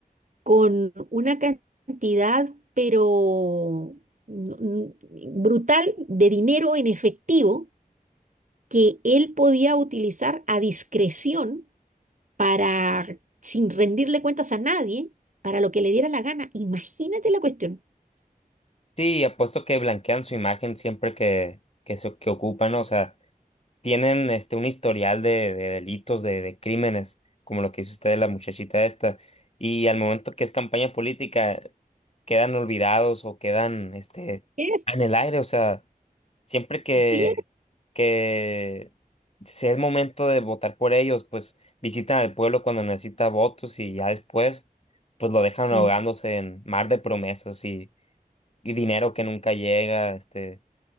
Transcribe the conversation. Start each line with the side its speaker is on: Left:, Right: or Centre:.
Right: con una cantidad, pero no- n- brutal, de dinero en efectivo que él podía utilizar a discreción para, sin rendirle cuentas a nadie, para lo que le diera la gana. Imagínate la cuestión.
Left: Sí, apuesto que blanquean su imagen siempre que, que, se, que ocupan, ¿no? O sea, tienen este, un historial de, de delitos, de, de crímenes, como lo que hizo usted de la muchachita esta, y al momento que es campaña política, quedan olvidados o quedan este,
Right: Es,
Left: en el aire, o sea, siempre que,
Right: sí, es,
Left: que sea el momento de votar por ellos, pues visitan al pueblo cuando necesita votos y ya después, pues lo dejan ahogándose
Right: Mm,
Left: en mar de promesas y y dinero que nunca llega, este,